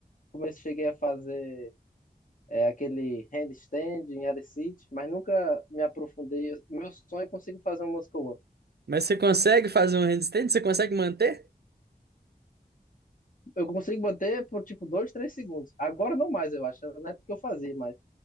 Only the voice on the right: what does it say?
Mas você consegue fazer um handstand? Você consegue manter?